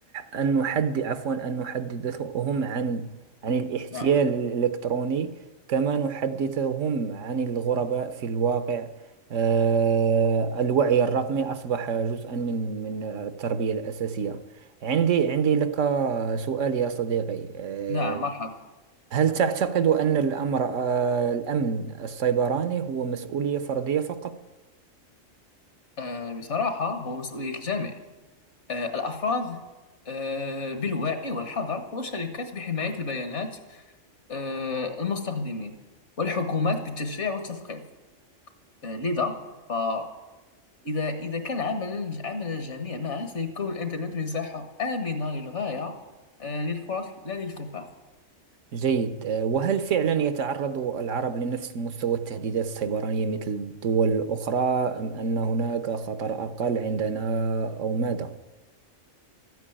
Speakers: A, on the right (about 75°); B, on the left (about 60°).
A: أن نحد عفوا أن نحدثهم عن عن الاحتيال
B: نعم
A: الإلكتروني كما نحدثهم عن الغرباء في الواقع آه، الوعي الرقمي أصبح جزءا من من التربية الأساسية عندي عندي لك سؤال يا صديقي آه،
B: نعم مرحبا
A: هل تعتقد أن الأمر آه، الأمن السيبراني هو مسؤولية فردية فقط؟
B: أه، بصراحة هو مسؤولية الجامع آه، الأفراد آه، بالوعي والحذر والشركات بحماية البيانات آه، المستخدمين والحكومات بالتشريع والتثقيف آه، لذا فإذا إذا كان عمل عمل الجميع معا سيكون الإنترنت مساحة آمنة للغاية آه، للفرص لا للفقر
A: جيد آه، وهل فعلا يتعرض العرب لنفس مستوى التهديدات السيبرانية مثل الدول الأخرى أم أن هناك خطر أقل عندنا أو ماذا؟